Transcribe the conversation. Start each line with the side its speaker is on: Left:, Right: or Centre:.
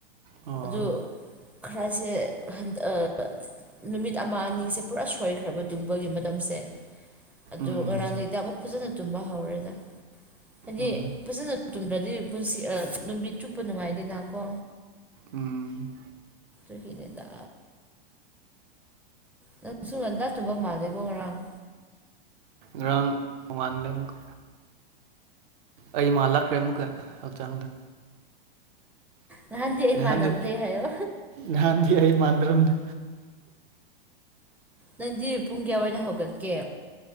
Right: ꯑꯣ
Centre: ꯑꯗꯨ ꯈꯔꯁꯦ ꯍꯟꯗꯑ ꯅꯨꯃꯤꯠ ꯑꯃ ꯑꯅꯤꯁꯦ ꯄꯨꯔꯥ ꯁꯣꯏꯈ꯭ꯔꯕ ꯇꯨꯝꯕꯒꯤ ꯃꯇꯝꯁꯦ ꯑꯗꯣ
Right: ꯎꯝ
Centre: ꯉꯔꯥꯡꯗꯩꯗ ꯑꯃꯨꯛ ꯐꯖꯅ ꯇꯨꯝꯕ ꯍꯧꯔꯦꯗ ꯍꯥꯏꯗꯤ
Right: ꯎꯝ
Centre: ꯐꯖꯅ ꯇꯨꯝꯗ꯭ꯔꯗꯤ ꯄꯨꯟꯁꯤ ꯅꯨꯃꯤꯠ ꯆꯨꯞꯄ ꯅꯨꯡꯉꯥꯏꯗꯦꯅꯀꯣ
Right: ꯎꯝ
Centre: ꯑꯗꯨꯒꯤ ꯅꯦꯗ ꯅꯪ ꯁꯨ ꯉꯟꯇꯥ ꯆꯨꯕ ꯃꯥꯜꯂꯦꯀꯣ ꯉꯔꯥꯡ
Right: ꯉꯔꯪ ꯅꯣꯡꯉꯥꯟꯂꯉ ꯑꯩ ꯃꯥꯂꯛ ꯐꯔꯦ ꯑꯃꯨꯛꯀ ꯍꯛꯆꯥꯡꯗ
Centre: ꯅꯍꯥꯟꯗꯤ ꯑꯩ
Right: ꯅꯍꯥꯟꯗꯨ
Centre: ꯃꯥꯟꯅꯕꯗꯦ ꯍꯥꯏꯌꯣ
Right: ꯅꯍꯥꯟꯗꯤ ꯑꯩ ꯃꯥꯟꯗ꯭ꯔꯝꯅꯤ
Centre: ꯅꯪꯗꯤ ꯄꯨꯡ ꯀꯌꯥꯋꯥꯏꯗ ꯍꯧꯒꯠꯀꯦ